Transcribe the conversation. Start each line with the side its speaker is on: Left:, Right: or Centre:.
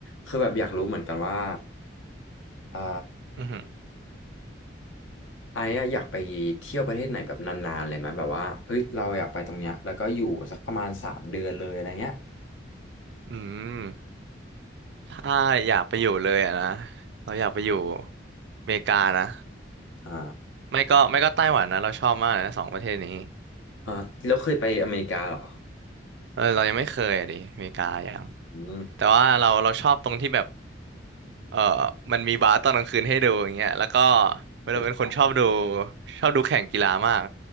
Left: คือแบบอยากรู้เหมือนกันว่าอ่า
Right: อือหือ
Left: ไอ้อะอยากไปเที่ยวประเทศไหนแบบนานๆเลยไหมแบบว่าเฮ้ยเราอยากไปตรงเนี้ยแล้วก็อยู่สักประมาณสามเดือนเลยอะไรเงี้ย
Right: อืมถ้าอยากไปอยู่เลยอะนะ เราอยากไปอยู่อเมริกานะ
Left: อ่า
Right: ไม่ก็ไม่ก็ไต้หวันนะเราชอบมากเลยนะสองประเทศนี้
Left: อ่าแล้วเคยไปอเมริกาเหรอ
Right: เออเรายังไม่เคยอ่ะดิอเมริกายัง
Left: อืม
Right: แต่ว่าเราเราชอบตรงที่แบบเออมันมีบาร์ตอนกลางคืนให้ดูอย่างเงี้ยแล้วก็
Left: เข้าใจละ
Right: เราเป็นคนชอบดูชอบดูแข่งกีฬามาก